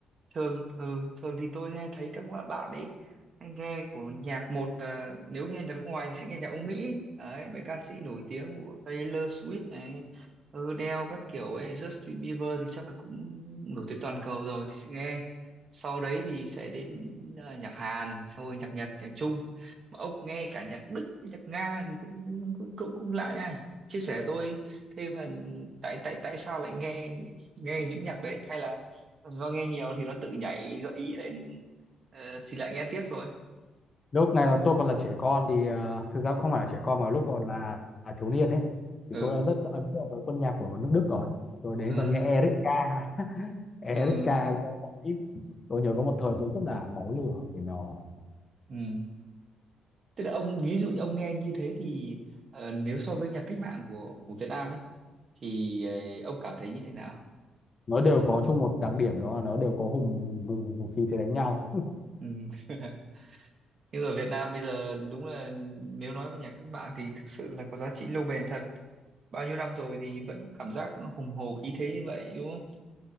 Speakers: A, on the right; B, on the left.
A: thường ừ, thường thì tôi hay thấy các bạn bạn ấy hay nghe của nhạc một à, nếu nghe nhạc nước ngoài thì sẽ nghe nhạc Âu Mỹ đấy mấy ca sĩ nổi tiếng của Taylor Swift này ừ, Adele các kiểu ấy Justin Bieber thì chắc là cũng nổi tiếng toàn cầu rồi thì sẽ nghe sau đấy thì sẽ đến à, nhạc Hàn sau rồi nhạc Nhật nhạc Trung mà ông nghe cả nhạc Đức nhạc Nga thì cũng cũng cũng, cũng lạ nha chia sẻ tôi thêm là tại tại tại sao lại nghe nghe những nhạc đấy hay là do nghe nhiều thì nó tự nhảy gợi ý lên ờ, thì lại nghe tiếp thôi
B: lúc này là tôi còn là trẻ con thì ờ, thực ra cũng không phải là trẻ con mà lúc còn là, là thiếu niên đấy thì
A: ừ
B: tôi đã rất ấn tượng với quân nhạc của nước Đức rồi tôi đấy
A: à,
B: còn nghe Erika <laughs> Erika
A: ừ,
B: Lewandowski. tôi nhớ có một thời tôi rất là máu lửa vì nó
A: ừ. tức là ông ví dụ như ông nghe như thế thì ờ, nếu so với nhạc cách mạng của của Việt Nam ấy thì ờ, ông cảm thấy như thế nào
B: nó đều có chung một đặc điểm đó là nó đều có hùng hùng, hùng khí thế đánh nhau
A: ừ. <laughs> nhưng ở Việt Nam bây giờ đúng là nếu nói về nhạc cách mạng thì thực sự là có giá trị lâu bền thật bao nhiêu năm rồi thì vẫn cảm giác hùng hồ khí thế như vậy đúng không